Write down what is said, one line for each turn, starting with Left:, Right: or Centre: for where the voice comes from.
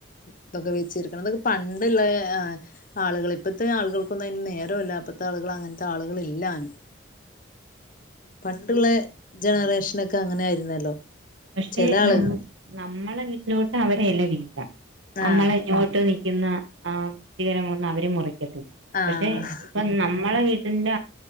Left: ഇതൊക്കെ വെച്ചിരിക്കണം ഇതൊക്കെ പണ്ടുള്ള ആഹ് ആളുകൾ ഇപ്പത്തെ ആളുകൾക്കൊന്നും അയിന് നേരല്ല ഇപ്പഴത്തെ ആളുകൾ അങ്ങനത്തെ ആളുകൾ ഇല്ലാനും പണ്ടുള്ള ജനറേഷനൊക്കെ അങ്ങനെ ആയിരുന്നല്ലോ?
Right: പക്ഷെ
Left: ചില ആളുകൾ
Right: നമ്മ നമ്മളെ വീട്ടിലോട്ട് അവരെ എല വീഴാം നമ്മളെ
Left: ആഹ്
Right: ഇങ്ങോട്ട് നിൽക്കുന്ന ആ ശിഖരങ്ങളൊന്നും അവര് മുറിക്കത്തില്ല
Left: ആഹ്
Right: പക്ഷെ ഇപ്പം നമ്മളെ വീ. ഇല്ല